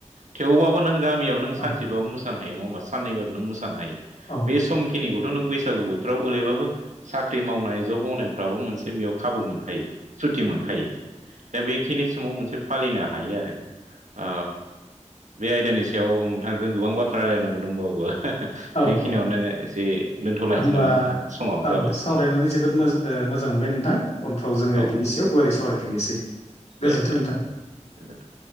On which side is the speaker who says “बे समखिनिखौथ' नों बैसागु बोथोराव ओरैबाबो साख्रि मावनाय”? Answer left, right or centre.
Right